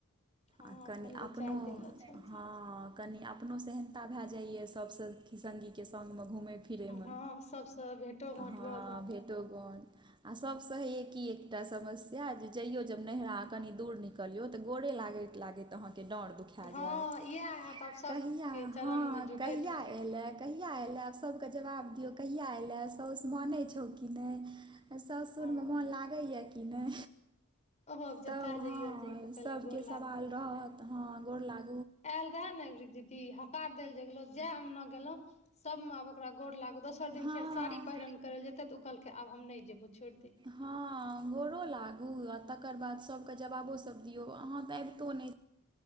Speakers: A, on the left (about 35°); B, on the right (about 20°).
A: हँ
B: आ
A: अपन
B: कनि
A: दू
B: अपनो
A: चारि दिन लए चलि
B: हां। कनी अपनो सेहनता भै जाए यै सबसे संगि के संग मे घुमय फिरय
A: जायब
B: मे
A: हँ सबसँ भेंटो घाँट
B: हां
A: भऽ जायत
B: भेटोघाट। आ सबसे हय की एकटा समस्या जे जइयौ जब नैहरा कनि दूर निकैल निकलियौ तऽ गोड़े लागैत-लागैत अहां के डार दुख खै
A: हँ
B: जाएब
A: इएह हैत आब सब
B: कहिया
A: के चरण
B: हां
A: मे झुकैत
B: कहिया ऐलय? कहिया एलाए सबके जवाब दियौ, कहिया एलाए सौस मानै छौ की नै? ए सासुर
A: हँ
B: मे मोन लागय यै कि नै?
A: आब
B: तब
A: जतय जइयो
B: हां
A: पहिले
B: सबके
A: गोर
B: सवाल रहत हां गोर लाग
A: ऐल रहय नै एबैरी दीदी हकार दै लै जे गेलो जाय अंगना गेलौ सबमें आब ओकरा गोड़ लागू दोसर दिन
B: हँ
A: फेर साड़ी पहिरन करय लै जेतय तऽ उ कहलकै आब हम नै जेबौ छोएड़ देही।
B: हां गोरो लागू आ तकर बाद सबके जवाबों सब दियौ अहाँ तै ऐबतो नै